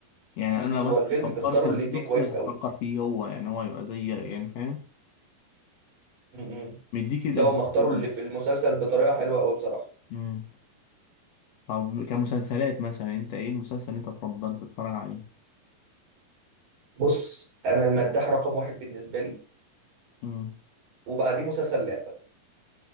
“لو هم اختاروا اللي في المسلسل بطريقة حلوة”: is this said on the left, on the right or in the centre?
Right